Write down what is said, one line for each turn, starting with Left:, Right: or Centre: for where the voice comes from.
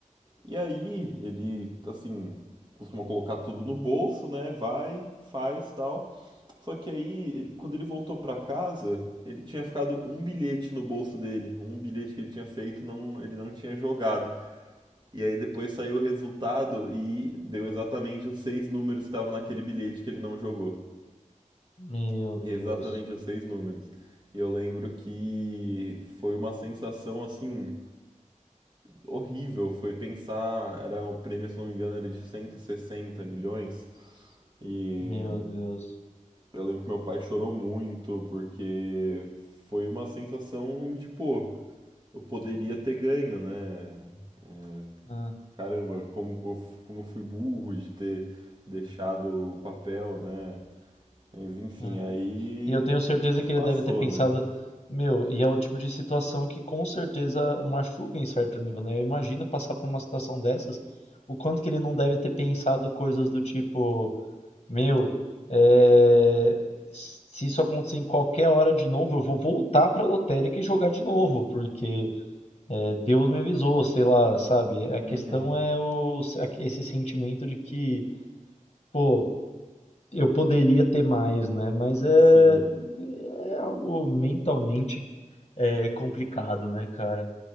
Right: E aí, ele, assim, costuma colocar tudo no bolso, né? Vai, faz e tal. Só que aí, ele- quando ele voltou pra casa, ele tinha ficado um bilhete no bolso dele, um bilhete que ele tinha feito, não, ele não tinha jogado. E aí depois saiu o resultado e deu exatamente os seis números que estavam naquele bilhete que ele não jogou.
Left: Meu Deus,
Right: Exatamente os seis números. E eu lembro que foi uma sensação assim horrível, foi pensar, era o prêmio, se não me engano, era de 160 milhões. E
Left: meu Deus.
Right: Eu lembro que meu pai chorou muito, porque foi uma sensação de, pô, eu poderia ter ganho, né? É,
Left: ah
Right: caramba, como, eu f- como eu fui burro de ter deixado o papel, né? Mas enfim,
Left: ah
Right: aí
Left: E eu tenho certeza
Right: isso
Left: que ele
Right: passou,
Left: deve ter pensado,
Right: né?
Left: meu, e é o tipo de situação que com certeza machuca em certo nível, né? Eu imagino passar por uma situação dessas, o quanto que ele não deve ter pensado coisas do tipo. Meu, é, se isso acontecer em qualquer hora de novo, eu vou voltar pra lotérica e jogar de novo, porque é, Deus me avisou, sei lá, sabe? A
Right: Uhum,
Left: questão é o, esse sentimento de que, pô, eu poderia ter mais, né? Mas é,
Right: sim.
Left: é algo mentalmente é, complicado, né, cara?